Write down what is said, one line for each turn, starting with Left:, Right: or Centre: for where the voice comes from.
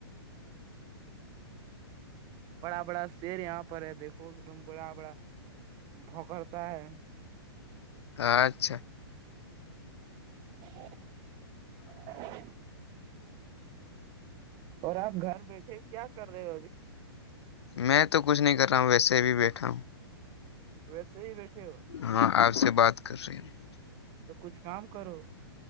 Right: بڑا بڑا شیر یہاں پر ہے دیکھو ایک دم بڑا بڑا بھکڑتا ہے
Left: اچھا
Right: ا <inaudible> اور آپ گھر بیٹھے کیا کر رہے ہو ابھی
Left: میں تو کچھ نہیں کر رہا ہوں ویسے بھی بیٹھا ہوں
Right: ویسے ہی بیٹے ہو
Left: ہاں آپ سے بات کر رہی ہ
Right: تو کچھ کام کرو